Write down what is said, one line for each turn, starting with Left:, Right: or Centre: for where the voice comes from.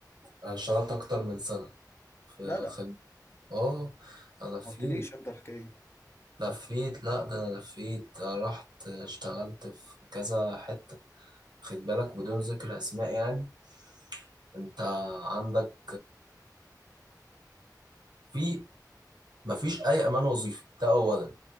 Right: انا اشتغلت اكتر من سنة في
Left: لا لا
Right: خدمة اه انا لفيت
Left: ما قلتليش انت الحكايه دي
Right: لفيت لا ده انا لفيت أنا رحت اشتغلت في كذا حتة خد بالك بدون ذكر اسماء يعني انت عندك في مفيش اي امان وظيفي ده اولا